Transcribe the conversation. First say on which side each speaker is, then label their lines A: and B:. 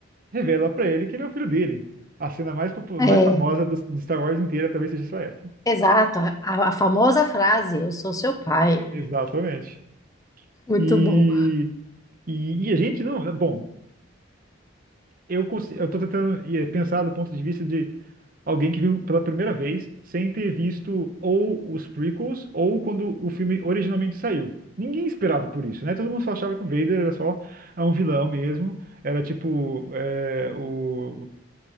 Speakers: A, on the right; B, on the left.
A: revela pra ele que ele é o filho dele. A cena mais, popu-
B: é,
A: mais famosa do, de Star Wars inteira talvez seja só essa.
B: exato. A, a famosa frase, eu sou seu pai.
A: Exatamente.
B: Muito
A: E,
B: bom.
A: e, e a gente não. Bom, eu, consi- eu tô tentando eh, pensar do ponto de vista de alguém que viu pela primeira vez sem ter visto ou os prequels ou quando o filme originalmente saiu. Ninguém esperava por isso, né? Todo mundo só achava que o Vader era só ah, um vilão mesmo. Era tipo eh, o